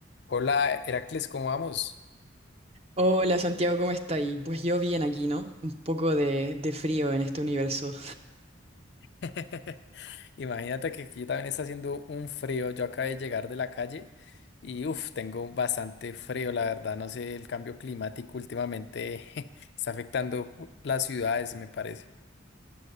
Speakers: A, on the left; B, on the right.
A: Hola, Heracles, ¿cómo vamos?
B: Hola Santiago, ¿cómo estáis? Pues yo bien aquí, ¿no? Un poco de, de frío en este universo.
A: <laughs> Imagínate que aquí también está haciendo un frío. Yo acabé de llegar de la calle y uff, tengo bastante frío, la verdad. No sé, el cambio climático últimamente <laughs> está afectando las ciudades, me parece.